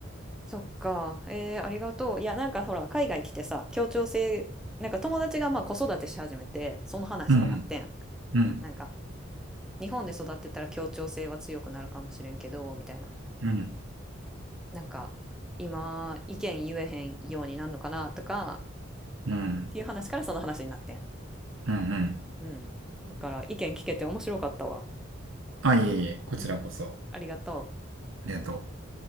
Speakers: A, in the centre; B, on the right.
A: そっか。えー、ありがとう。いや、なんかほら、海外来てさ、協調性、なんか友達がまあ子育てし始めて、その話になってん。
B: うん、うん、うん、
A: なんか、日本で育ってたら協調性は強くなるかもしれんけど、みたいな。
B: うん、
A: なんか、今、意見言えへんようになるのかなとか、っ
B: うん、うん、
A: ていう話からその話になってん。
B: うん。うん
A: うん。だから、意見聞けて面白かったわ。
B: あ、いえいえ、こちらこそ。
A: うん。ありがとう。
B: ありがとう。